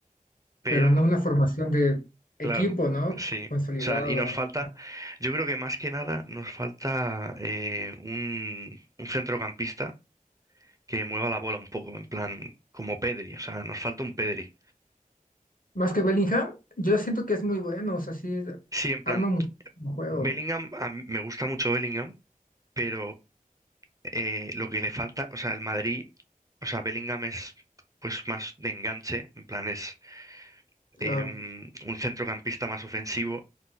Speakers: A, on the right (about 25°); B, on the left (about 70°).
A: pero
B: Pero no una formación de equipo,
A: claro,
B: ¿no?
A: sí.
B: Consolidado.
A: O sea, y nos falta, yo creo que más que nada nos falta eh, un, un centrocampista que mueva la bola un poco, en plan, como Pedri, o sea, nos falta un Pedri.
B: Más que Bellingham, yo siento que es muy bueno, o sea, sí,
A: Sí, en plan,
B: arma muchísimo juego,
A: Bellingham, a mí me gusta mucho Bellingham, pero eh, lo que le falta, o sea, el Madrid, o sea, Bellingham es pues más de enganche, en plan es
B: claro.
A: em, un centrocampista más ofensivo,